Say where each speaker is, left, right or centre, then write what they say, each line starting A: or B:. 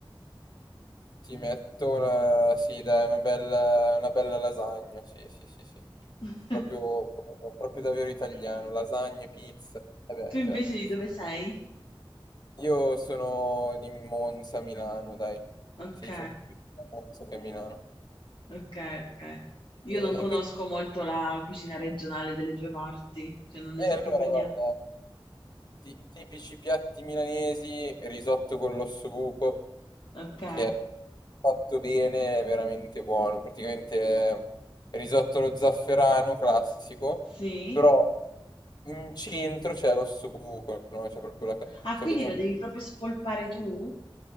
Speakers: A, on the left; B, on the left.
A: ti metto una, sì, dai, una bella, una bella lasagna, sì, sì, sì, sì.
B: <laughs>
A: Proprio, proprio davvero italiano, lasagne, pizza, e beh,
B: Tu invece
A: certo.
B: di dove sei?
A: Io sono di Monza, Milano, dai.
B: Ok,
A: Sì, sono più a Monza che a Milano.
B: ok, ok. Io
A: E,
B: non conosco
A: e pe-
B: molto la cucina regionale delle tue parti, cioè non ne
A: e
B: so
A: allora,
B: proprio niente.
A: guarda, ti- tipici piatti milanesi, risotto con l'ossobuco,
B: Ok,
A: che è fatto bene, è veramente buono. Praticamente è risotto allo zafferano classico,
B: sì.
A: però in centro c'è l'ossobuco, no? C'è proprio la... ca-
B: Ah,
A: Cioè,
B: quindi
A: quindi
B: lo
A: è un
B: devi proprio spolpare tu?